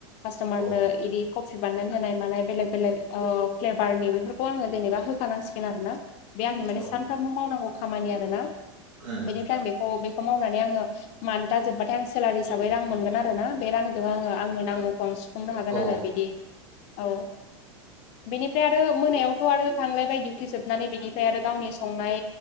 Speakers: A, on the left; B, on the right.
A: कास्ट'मारनो
B: औ
A: इदि कफि बानायनानै होनाय मानाय बेलेग बेलेग ओ फ्लेभारनि बेफोरखौ आङो जेनेबा होखानांसिगोन आरो ना। बे आंनि माने
B: औ
A: सानफ्रामबो मावनांगौ खामानि आरोना
B: उम
A: बेनिफ्राय आं बेखौ बेखौ मावनानै आङो मान्था जोब्बाथाय आं सेलारि हिसाबै रां मोनगोन आरो ना बे रांजों आंङो आंनि नांगौखौ आं सुफ फुंनो हागोन
B: औ
A: आरो बिदि औ बेनिफ्राय आरो मोनायावथ' आरो थांलायबाय दिउथि जोबनानै बेनिफ्राय आरो गावनि संनाय